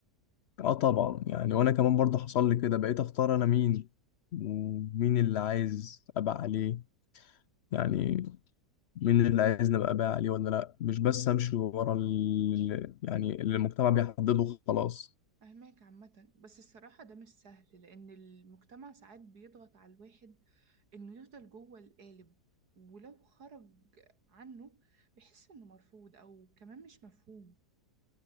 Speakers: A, on the left; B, on the right.
A: اه طبعا يعني وانا كمان برضه حصل لي كده بقيت اختار انا مين ومين اللي عايز ابقى عليه يعني مين اللي عايز نبقى بقى عليه ولا لا مش بس امشي ورا ال... يعني اللي المجتمع بيحدده خلاص
B: أهماك عامة بس الصراحة ده مش سهل لأن المجتمع ساعات بيضغط على الواحد إنه يفضل جوه القالب ولو خرج عنه بيحس إنه مرفوض أو كمان مش مفهوم